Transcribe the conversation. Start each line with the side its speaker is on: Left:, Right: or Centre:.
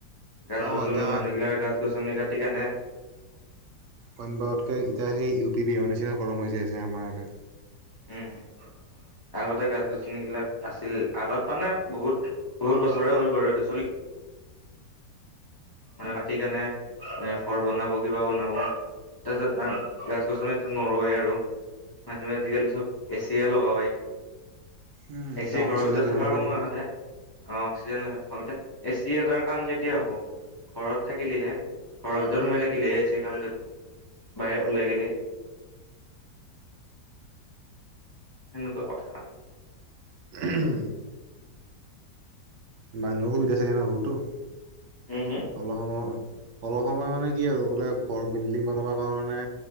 Left: গছ
Right: অ
Left: গছনি
Right: এতিয়া
Left: মানুহ বিলাকে গছ গছনি কাটি কেনে।
Right: অন বাৰতকৈ এতিয়া সেই ইউ পি বিহাৰ অন নিচিনা গৰম হৈ যায় আছে আমাৰ ইয়াতে।
Left: উম'। আগতে গছ- গছনিবলাক আছিল আগত মানে বহুত বহুত বছৰেই হল বাৰু এইটো চলি। মতি কেনে ঘৰ বনাব কিবা বনাব। তাৰপিছত ন গছ গছনিটো নৰোৱে আৰু। মানুহে আজিকালি চব এচিয়ে লগাৱাই।
Right: উম
Left: এচি
Right: এতিয়া
Left: ঘৰৰ
Right: অক্সিজেন
Left: ভিতৰত
Right: লেভেল
Left: থকাৰ
Right: কমি
Left: সময় মতে। অ অক্সিজেন লখ এতিয়া এ চি এজাৰ কাম কেতিয়া হ'ব। ঘৰত থাকিলিহে ঘৰৰ ভিতৰত সোমাই থাকিলিহে চ কাম দিব বাহিৰত ওলাই গেলি। সেনেকুৱা কথা।
Right: <inaudible> মানুহৰ সুবিধা থাকে ন' বহুতো।
Left: হু, হু?
Right: অলপ সময়, অলপ সময় মানে কি আৰু বোলে ঘৰ বিল্ডিং বনাব কাৰণে